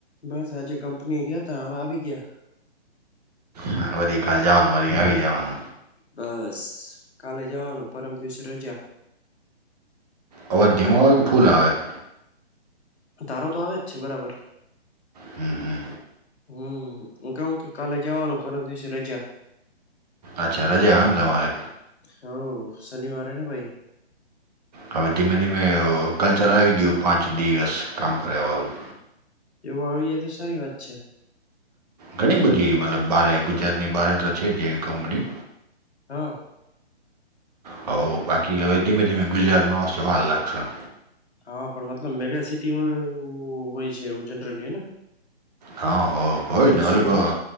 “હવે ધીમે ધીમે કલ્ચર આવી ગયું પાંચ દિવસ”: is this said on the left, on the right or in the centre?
Right